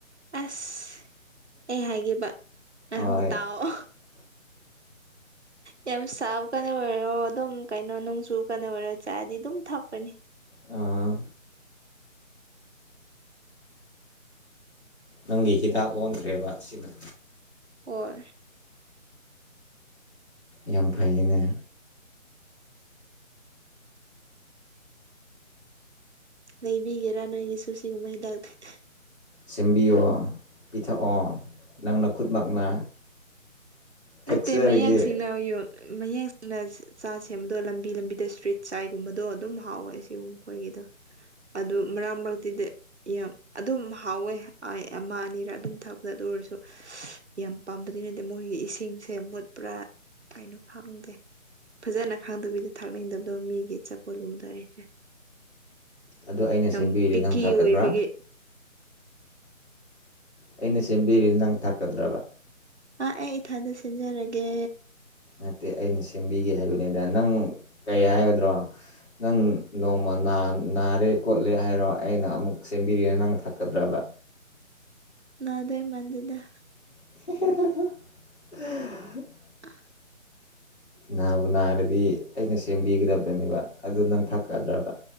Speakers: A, on the right; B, on the left.
A: ꯑꯁ ꯑꯩ ꯍꯥꯏꯈꯤꯕ ꯉꯥꯏꯍꯣ
B: ꯍꯣꯏ
A: ꯇꯥꯛꯑꯣ ꯌꯥꯝ ꯁꯕ ꯀꯅꯦ ꯑꯣꯏ ꯑꯣ ꯑꯗꯨꯝ ꯀꯩꯅꯣ ꯅꯨꯡꯁꯨꯨ ꯀꯩꯅꯣ ꯑꯣꯏꯔꯣ ꯆꯥꯑꯗꯤ ꯑꯗꯨꯝ ꯊꯛꯄꯅꯦ
B: ꯑꯥ ꯅꯪꯒꯤ ꯍꯤꯗꯥꯛ ꯑꯣꯟꯈ꯭ꯔꯦꯕ ꯑꯁꯤꯅ
A: ꯑꯣ
B: ꯌꯥꯝ ꯐꯩꯌꯦꯅꯦ
A: ꯂꯩꯕꯤꯒꯦꯔꯥ ꯅꯣꯏꯒꯤꯁꯨꯨ ꯁꯤꯒꯨꯝꯕ ꯍꯤꯗꯥꯛꯇ
B: ꯁꯦꯝꯕꯤꯌꯣ ꯄꯤꯊꯛꯑꯣ ꯅꯪꯅ ꯈꯨꯠꯃꯛꯅ ꯊꯛꯆꯔꯒꯦ
A: ꯅꯠꯇꯦ ꯃꯌꯥꯡ ꯁꯤꯡꯅꯥ ꯌꯨ ꯃꯌꯦꯛ ꯁꯤꯡꯅ ꯆꯥ ꯁꯦꯝꯕꯗꯣ ꯂꯝꯕꯤ ꯂꯝꯕꯤꯗ ꯏꯁꯇ꯭ꯔꯤꯠ ꯆꯥꯏꯒꯨꯝꯕꯗꯣ ꯑꯗꯨꯝ ꯍꯥꯎꯋꯦ ꯁꯤꯒꯨꯝ ꯑꯩꯈꯣꯏꯒꯤꯗ ꯑꯗꯨ ꯃꯔꯛ ꯃꯔꯛ ꯑꯗꯨꯗꯤ ꯌꯥꯝ ꯑꯗꯨꯝ ꯍꯥꯎꯋꯦ ꯑꯃ ꯑꯅꯤꯔ ꯑꯗꯨꯝ ꯊꯛꯄꯗ ꯑꯗꯨ ꯑꯣꯏꯔꯁꯨ ꯌꯥꯝ ꯄꯥꯝꯕꯗꯤ ꯅꯠꯇꯦ ꯃꯣꯏꯒꯤ ꯁꯤ ꯁꯤꯡꯁꯦ ꯃꯨꯠ ꯄꯨꯔꯥ ꯀꯩꯅꯣ ꯈꯡꯗꯦ ꯐꯖꯅ ꯈꯥꯡꯗꯕꯤꯗ ꯊꯥ ꯃꯗꯕꯗꯣ ꯃꯤꯒꯤ ꯆꯄꯣꯠꯒꯨꯝꯗꯩꯁꯦ
B: ꯑꯗꯨ ꯑꯩꯅ
A: ꯇꯝ
B: ꯁꯦꯝꯕꯤꯔꯤ
A: ꯄꯤꯀꯤ
B: ꯅꯪ ꯊꯛꯀꯗ꯭ꯔꯥ
A: ꯑꯣꯏꯕꯒꯤ
B: ꯑꯩꯅ ꯁꯦꯝꯕꯤꯔꯤꯗꯤ ꯅꯪ ꯊꯥꯛꯀꯗ꯭ꯔꯕ
A: ꯑꯥ ꯑꯩ ꯏꯊꯥꯗ ꯁꯤꯟꯖꯔꯒꯦ
B: ꯅꯠꯇꯦ ꯑꯩꯅ ꯁꯦꯝꯕꯤꯒꯦ ꯍꯥꯏꯕꯅꯤꯗ ꯅꯪ ꯀꯩ ꯍꯥꯏꯒꯗ꯭ꯔꯣ ꯅꯪ ꯅꯣꯡꯃ ꯅꯥ ꯅꯥꯔꯦ ꯈꯣꯠꯂꯦ ꯍꯥꯏꯔꯣ ꯑꯩꯅ ꯑꯃꯨꯛ ꯁꯦꯝꯕꯤꯔꯦ ꯅꯪ ꯊꯛꯀꯗ꯭ꯔꯕ
A: ꯅꯥꯗꯣꯏ ꯃꯥꯟꯗꯦꯗ
B: <unintelligible>
A: <inaudible>
B: ꯅꯥꯕꯨ ꯅꯥꯏꯔꯗꯤ ꯑꯩꯅ ꯁꯦꯝꯕꯤꯒꯗꯕꯅꯦꯕ ꯑꯗꯨ ꯅꯪ ꯊꯥꯛꯀꯗ꯭ꯔꯕ